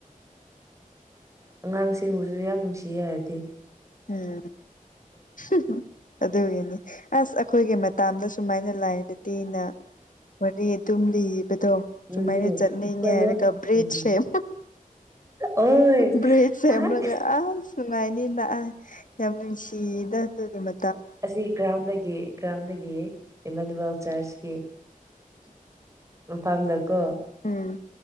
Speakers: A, on the right (about 20°); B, on the left (about 65°).
A: ꯑꯉꯥꯡꯁꯤꯡꯕꯨꯁꯨ ꯌꯥꯝ ꯅꯨꯡꯁꯤꯌꯦ ꯍꯥꯏꯕꯗꯤ
B: ꯎꯝ ꯍꯝ ꯍ ꯑꯗꯨꯒꯤꯅꯤ ꯑꯁ ꯑꯈꯣꯏꯒꯤ ꯃꯇꯥꯝꯗ ꯁꯨꯃꯥꯏꯅ ꯂꯥꯏꯔꯗꯤꯅ ꯋꯥꯔꯤ ꯑꯗꯨꯝ ꯂꯤꯕ ꯑꯗꯣ
A: ꯑꯗꯨꯅꯦ
B: ꯁꯨꯃꯥꯏꯅ
A: ꯑꯩꯈꯣꯏꯗꯣ
B: ꯆꯠꯅꯤꯡꯉꯦ ꯍꯥꯏꯔꯒ ꯕ꯭ꯔꯤꯁ
A: ꯎꯝ
B: ꯁꯦꯝ
A: ꯑꯣꯏ
B: ꯕ꯭ꯔꯤꯖ ꯁꯦꯝꯂꯒ
A: ꯅꯍꯥꯟ
B: ꯑꯁ ꯅꯨꯉꯥꯏ ꯅꯤꯅ ꯑ ꯌꯥꯝ ꯅꯨꯡꯁꯤꯗ ꯑꯗꯨꯒꯤ ꯃ
A: ꯑꯁꯤ ꯒ꯭ꯔꯥꯎꯟꯗꯒꯤ ꯒ꯭ꯔꯥꯎꯟꯗꯒꯤ ꯏꯃꯥꯅꯨꯋꯦꯜ ꯆꯔꯆꯀꯤ ꯃꯄꯝꯗꯀꯣ
B: ꯎꯝ